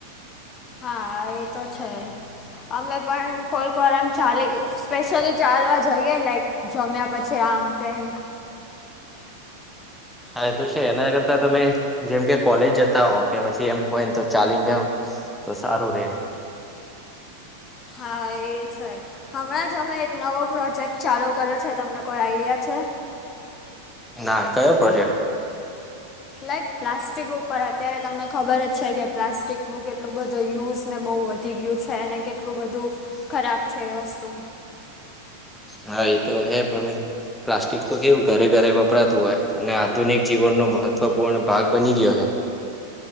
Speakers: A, on the left; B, in the centre.
A: હા એ તો છે અમે પણ કોઈક વાર આમ ચાલી સ્પેશિયલી ચાલવા જઈએે લાઈક જમ્યા પછી આમ તેમ.
B: હા એ તો છે એના કરતા તમે જેમ કે કોલેજ જતા હો કે પછી એમ હોય ને તો ચાલીને જાવ ન તો સારું રે એમ.
A: હા એ છે. હમણાં જ અમે એક નવો પ્રોજેક્ટ ચાલુ કર્યો છે તમને કોઈ આઈડિયા છે?
B: ના કયો પ્રોજેક્ટ?
A: લાઈક પ્લાસ્ટિક ઉપર અત્યારે તમને ખબર જ છે કે પ્લાસ્ટિકનું કેટલો બધું યુઝને બહુ વધ વધી ગયું છે અને કેટલું બધું ખરાબ છે એ વસ્તુ.
B: હા એ તો હે પણ પ્લાસ્ટિક તો કેવું ઘરે ઘરે વપરાતું હોય. અને આધુનિક જીવનનો મહત્વપૂર્ણ ભાગ બની ગયો હે.